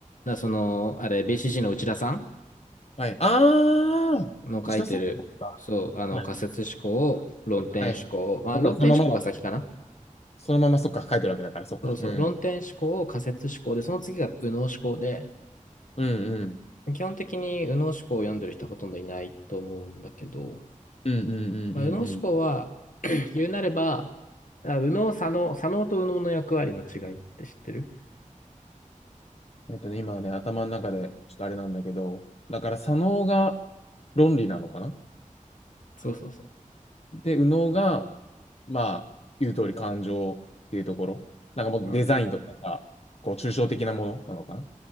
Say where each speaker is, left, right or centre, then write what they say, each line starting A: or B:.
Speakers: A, on the left; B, on the left.
A: だその、あれ、b c g の内田さん
B: はい。ああ、
A: の書いてる、
B: 石田さんそっか。
A: そう、あの、
B: はい。
A: 仮説思考、を論点思考を、
B: はい。
A: まあ、
B: そっか、
A: 論点思考が先かな。
B: そのままだ、そのままそっか、書いてるわけだから、そっか。
A: そうそう、
B: うん。
A: 論点思考、を仮説思考で、その次が右脳思考で、
B: うんうん。
A: 基本的に右脳思考を読んでる人はほとんどいないと思うんだけど、
B: うんうんうんうんう
A: まあ、右脳思考は <clears throat>、<laughs> 言うなれば、あ右脳、左脳、左脳と右脳の役割の違いって知ってる
B: ん。えっとね、今はね、頭の中で、ちょっとあれなんだけど、だから、左脳が論理なのかな
A: そうそうそ
B: で、右脳が、まあ、言う通り感情っていうところ。なんかもうデザインとかなんかこう、
A: う。うん、
B: 抽象的なものなのかな